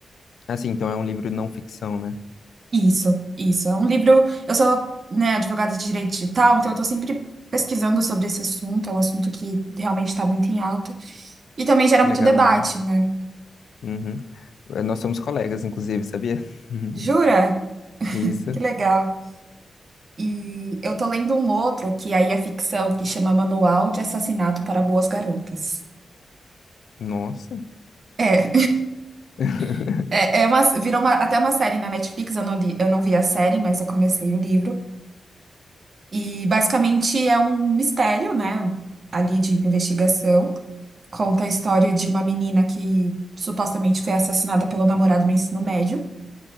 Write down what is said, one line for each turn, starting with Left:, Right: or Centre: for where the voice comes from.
Left: Assim, então é um livro não ficção, né?
Right: isso, isso. É um livro. Eu sou, né, advogada de direito digital, então eu tô sempre. Pesquisando sobre esse assunto, é um assunto que realmente está muito em alta. E também gera
Left: Que
Right: muito
Left: legal,
Right: debate,
Left: Agnes.
Right: né?
Left: Uhum. Eh, Nós somos colegas, inclusive, sabia? <laughs>
Right: Jura?
Left: Isso.
Right: Que legal. E eu tô lendo um outro que aí é ficção, que chama Manual de Assassinato para Boas Garotas.
Left: Nossa.
Right: É,
Left: <laughs>
Right: <laughs> é, é uma, virou uma- até uma série na Netflix, eu não li, eu não vi a série, mas eu comecei o livro. E basicamente é um mistério, né, ali de investigação. Conta a história de uma menina que supostamente foi assassinada pelo namorado no ensino médio.